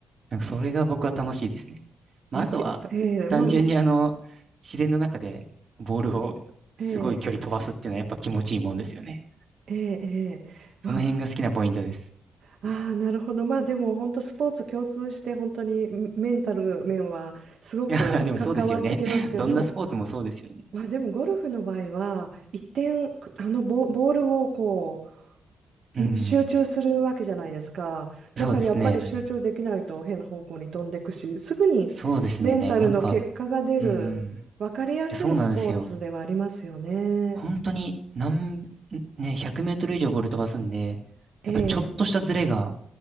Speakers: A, on the right; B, on the right.
A: なんかそれが僕は楽しいですね。まあ、
B: いやええええもうもう
A: あとは、単純にあの、自然の中でボールをすごい距離飛ばすっていうのはやっぱ気持ちいいもんですよね。
B: ええええええまあ、
A: その辺が好きなポイントです。
B: ああ、なるほど。まあでも本当スポーツ共通して本当にメメンタル面はすごく関わってきますけど、
A: <laughs> いやでもそうですよね。<laughs> どんなスポーツもそうですよね。
B: でも、まあでもゴルフの場合は一点あのボ、ボールをこう
A: うん。
B: ね集中するわけじゃないですか。
A: そうですね。
B: だからやっぱり集中できないと変な方向に飛んでいくし、
A: はい
B: すぐにメンタルの結果が出る分かりやすいスポーツではありますよね。
A: そうですね。なんか、うん。えそうなんですよ。本当に、何、ね、100メートル以上ボール飛ばすんで、
B: ええ、
A: やっぱちょっとしたズレが、